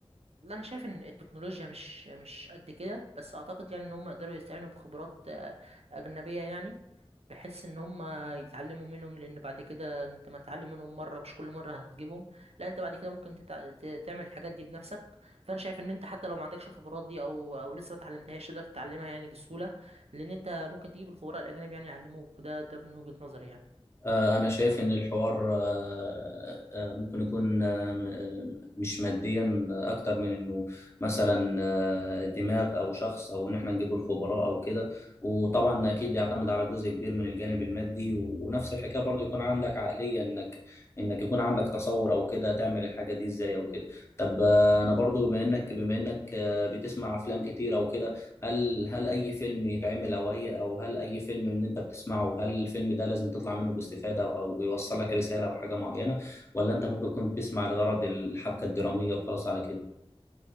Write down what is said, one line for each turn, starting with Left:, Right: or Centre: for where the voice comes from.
Right: لا انا شايف ان التكنولوجيا مش مش قد كده بس اعتقد يعني ان هم يقدروا يستعينوا بخبرات آه، اجنبيه يعني بحيث ان هم يتعلموا منهم لان بعد كده انت ما تتعلم منهم مره مش كل مره هتجيبهم لا انت بعد كده ممكن تتع... ت- تعمل الحاجات دي بنفسك فانا شايف ان انت حتى لو ما عندكش الخبرات دي او او لسه ما اتعلمتهاش تقدر تتعلمها يعني بسهوله لان انت ممكن تجيب الخبراء الاجانب يعني يعلموك ده ده من وجهه نظري يعني
Left: آه، أنا شايف إن الحوار آه، آه، ممكن يكون آه، م- مش ماديا أكتر من إنه مثلا آه، دماغ أو شخص أو إن إحنا نجيب الخبراء أو كده وطبعا أكيد يعتمد على جزء كبير من الجانب المادي و- ونفس الحكاية برضو يكون عندك عقلية إنك إنك يكون عندك تصور أو كده تعمل الحاجة دي إزاي أو كده طب آه، أنا برضو بما إنك بما إنك آه، بتسمع أفلام كتير أو كده هل هل اي فيلم يتعمل او اي او هل اي فيلم ان انت بتسمعه هل الفيلم ده لازم تطلع منه باستفادة او أو يوصل لك رسالة او حاجة معينة ولا انت ممكن تكون بتسمع لغرض الحبكة الدرامية وخلاص على كده